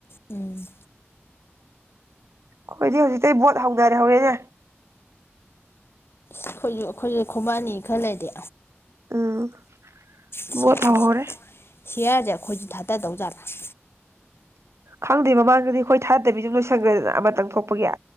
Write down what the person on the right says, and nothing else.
ꯑꯩꯈꯣꯏꯗꯤ ꯍꯧꯖꯤꯛꯇꯇꯩ ꯕꯣꯠ ꯍꯧꯅꯔꯦ ꯍꯧꯔꯦꯅꯦ
ꯎꯝ
ꯊꯥꯎ
ꯍꯔꯦ
ꯈꯪꯗꯦ ꯃꯃꯥꯡꯗꯗꯤ ꯑꯩꯈꯣꯏ ꯊꯥꯗꯕꯤꯁꯨꯨꯝ ꯂꯣꯏꯁꯟꯈ꯭ꯔꯦꯗꯅ ꯑꯃꯇꯪ ꯊꯣꯛꯄꯒꯤ